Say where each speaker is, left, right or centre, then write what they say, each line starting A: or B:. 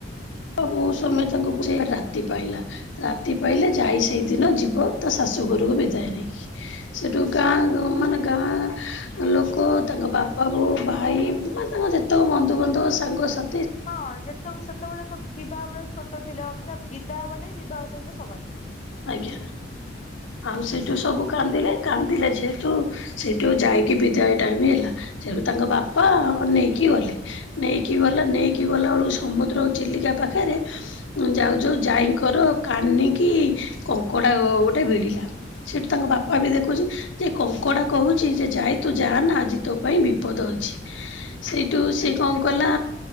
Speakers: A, on the left; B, on the left.
A: ପା ବହୁତ୍ ସମୟ ତାଙ୍କୁ ବୁଝେଇ ରାତି ପାହିଲା ରାତି ପାହିଲେ ଯାଇ। ସେଇଦିନ ଯିବ ତା ଶାଶୁଘରୁକୁ ବିଦାୟ ନେଇକି। ସେଠୁ ଗାଁ ଗ ମାନେ ଗାଁ ଲୋକ ତାଙ୍କ ବା ପା ବୋଉ ଭାଇ ମାନେ ତାଙ୍କ ଯେତେକ ବନ୍ଧୁବାନ୍ଧବ ସାଙ୍ଗସା
B: ହଁ ଯେତେବଳେ ସେତବଳେ ତ ବିବାହ ବେଳେ ଛୋଟ ଥିଲେ ଅବିକା ବିଦା ହେବାଟାହି ବିବାହ ସହିତ ସମାନ୍।
A: ଆଜ୍ଞା ଆଉ ସେଇଠୁ ସବୁ କାନ୍ଦିଲେ କାନ୍ଦିଲେ ଯେହେତୁ। ସେଇଠୁ ଯାଇକି ବିଦାୟ ଟାଇମି ହେଲା ସେଠୁ ତାଙ୍କ ବାପା ଅ ନେଇକି ଗଲେ। ନେଇକି ଗଲା ନେଇକି ଗଲା ବେଳୁ ସମୁଦ୍ର ଚିଲିକା ପାଖେରେ। ଯାଉ ଯାଉ ଯାଇଙ୍କର କାନିକି କଙ୍କଡା ଗୋ ଗୋଟେ ଭିଡିଲା। ସେଠି ତାଙ୍କ ବାପା ବି ଦେଖୁଚି। ଯେ କଙ୍କଡା କହୁଚି ଯେ ଯାଇ ତୁ ଯା ନା ଆଜି ତୋ ପାଇଁ ବିପଦ ଅଛି। ସେଇଠୁ ସିଏ
B: ଆଜ୍ଞା
A: କଣ କଲା।